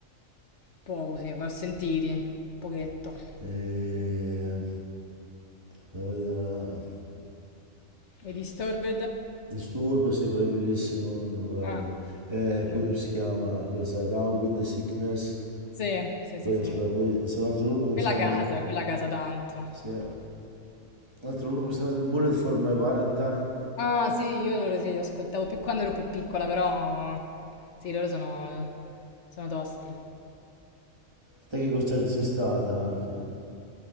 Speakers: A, on the left; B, on the right.
A: Poco, sì, li ho sentiti, pochetto.
B: eh, fammi vedere,
A: E Disturbed?
B: Disturb, sì, quello è bellissimo, sono bravi.
A: Ah,
B: Eh,
A: allora,
B: poi come si chiama? Questa, Down with the Sickness.
A: Sì, sì, sì,
B: Poi, aspetta,
A: sì.
B: poi c'è un altro gruppo che
A: Quella
B: stava
A: casa,
B: venendo,
A: quella casa tanto.
B: sì, un altro gruppo che stava venendo, Bullet for My Valentine.
A: Ah, sì, io loro sì, li ascoltavo più quando ero più piccola, però sì, loro sono, sono tosti.
B: Te che concerti sei stata anche?